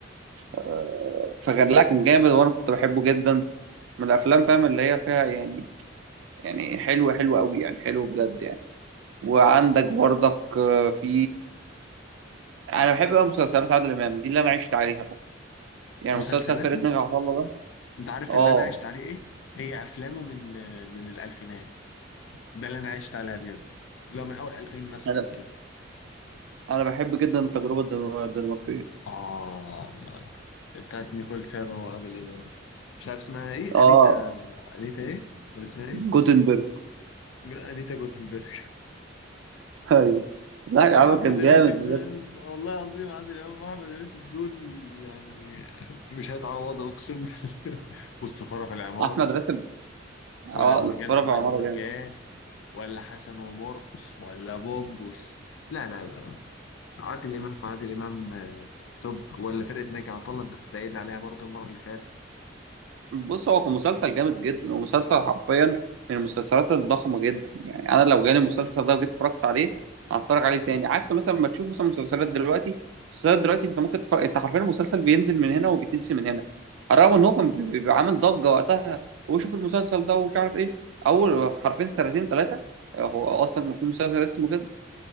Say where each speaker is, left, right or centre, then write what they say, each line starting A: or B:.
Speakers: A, on the right; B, on the left.
A: آه، فكان لا كان جامد وانا كنت بحبه جدا من الافلام فاهم اللي هي فيها يعني يعني حلوه حلوه قوي يعني حلو بجد يعني وعندك برضك آه، في انا بحب بقى مسلسلات عادل امام دي اللي انا عشت عليها بقى يعني
B: مسلسلاته
A: مسلسل فرقه ناجي عطا الله ده
B: أنت عارف
A: اه
B: اللي أنا عشت عليه إيه؟ هي أفلامه من آه، من الألفينات ده اللي أنا عشت عليها بجد اللي هو من أول 2000 مثلا
A: انا
B: كده
A: انا بحب جدا التجربه الدنما- الدنماركيه
B: آه بتاعت نيكول سابا وعادل إمام مش عارف اسمها إيه؟
A: اه
B: أنيتا أنيتا إيه؟ ولا اسمها إيه؟
A: جوتنبرج
B: انيتا جوتنبرج
A: <laughs> ايوه لا يا عم
B: احمد
A: كان جامد
B: راتب
A: بجد
B: ده والله العظيم عادل امام واحمد راتب دول يعني مش هيتعوضوا اقسم بالله <laughs> والسفاره في العمار
A: احمد راتب
B: ولا
A: اه
B: مرجان
A: السفارة
B: احمد
A: في عمارة
B: مرجان
A: جامد
B: ولا حسن ومرقص ولا بوبوس لا لا لا لا عادل امام عادل امام آه، توب ولا فرقه ناجي عطا الله انت كنت قايل عليها برضه المره اللي فاتت
A: بص هو كان مسلسل جامد جدا ومسلسل حرفيا من المسلسلات الضخمة جدا يعني أنا لو جالي المسلسل ده وجيت اتفرجت عليه هتفرج عليه تاني عكس مثلا ما تشوف مثلا مسلسلات دلوقتي مسلسلات دلوقتي أنت ممكن تفرق... أنت حرفيا المسلسل بينزل من هنا وبيتنسي من هنا على الرغم إن هو كان بي- بيبقى عامل ضجة وقتها وشوف المسلسل ده ومش عارف إيه أول حرفيا سنتين ثلاثة هو أصلا كان في مسلسل اسمه كده